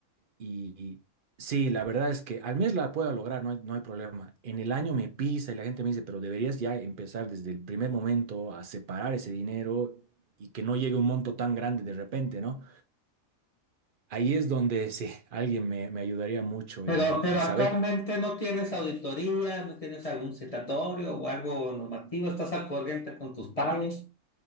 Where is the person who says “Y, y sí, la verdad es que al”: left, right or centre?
Right